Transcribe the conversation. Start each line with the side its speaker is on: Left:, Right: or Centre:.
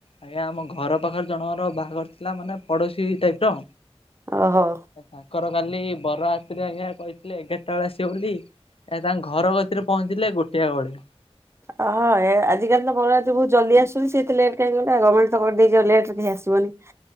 Left: ଆଜ୍ଞା ଆମ ଘର ପାଖରେ ଜଣର ବାହାଘର ଥିଲା ମାନେ ପଡୋଶୀ ଟାଇପ୍ ର
Right: ଓହୋ।
Left: ତାଙ୍କର କାଲି ବର ରାତିରେ ଆଜ୍ଞା କହିଥିଲେ ଏଗାରଟା ବେଳେ ଆସିବ ବୋଲି ଏ ତାଙ୍କ ଘର କତିରେ ପହଞ୍ଚିଲେ ଗୋଟିଏ ବେଳେ।
Right: ହଁ ଏ ଆଜିକାଲି ତ ବରଯାତ୍ରୀ ବହୁତ୍ ଜଲଦି ଆସୁଛନ୍ତି। ସେ ଏତେ ଲେଟ କାହିଁ ଗଲେ। ଗମେଣ୍ଟ ତ କରିଦେଇଛି ଆଉ ଲେଟ ରେ କେହି ଆସି ଜୀବନୀ।